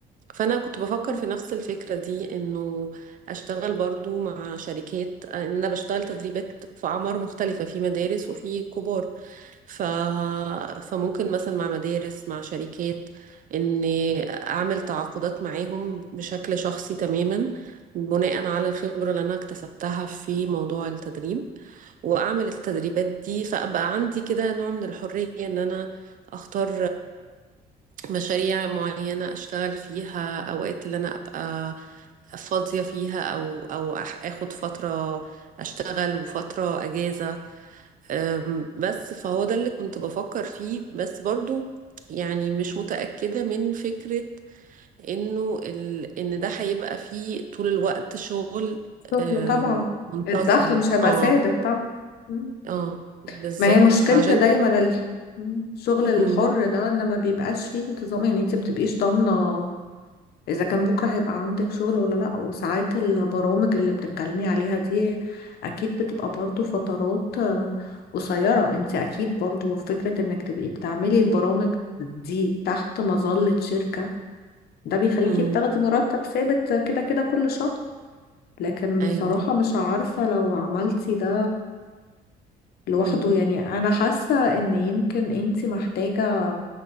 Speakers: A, on the right (about 50°); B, on the left (about 70°).
A: فانا كنت بفكر
B: مم.
A: في نفس الفكره دي انه اشتغل برضو مع شركات ان انا بشتغل تدريبات في اعمار مختلفه في مدارس وفي كبار ف... فممكن مثلا مع مدارس مع شركات ان اعمل تعاقدات معاهم بشكل شخصي تماما بناء على الخبره اللي انا اكتسبتها في موضوع التدريب واعمل التدريبات دي فابقى عندي كده نوع من الحريه ان انا اختار مشاريع معينة أشتغل فيها أوقات اللي أنا أبقى فاضية فيها أو أو أح- آخد فترة أشتغل وفترة أجازة أم، بس فهو ده اللي كنت بفكر فيه بس برضو يعني مش متأكدة من فكرة إنه ال... إن ده هيبقى فيه طول الوقت شغل
B: شغل
A: أم،
B: طبعا
A: منتظم
B: الدخل مش هيبقى
A: اه
B: ثابت طبعا مم.
A: اه بالظبط
B: ما هي مشكلة
A: فعشان
B: دايما
A: كده
B: ال- مم. الشغل الحر
A: امم
B: ده ان ما بيبقاش فيه انتظام يعني انت ما بتبقيش ضامنة اذا كان بكرة هيبقى عندك شغل ولا لا وساعات البرامج اللي بتتكلمي عليها دي اكيد بتبقى برضو فترات آه، قصيرة انت اكيد برضو فكرة انك تبقي بتعملي البرامج دي تحت مظلة شركة ده بيخليكي
A: امم
B: بتاخدي مرتب ثابت كده كده كل شهر لكن بصراحة
A: ايوه
B: مش عارفة لو عملتي ده لوحده
A: امم
B: يعني أنا حاسة إن يمكن أنتي محتاجة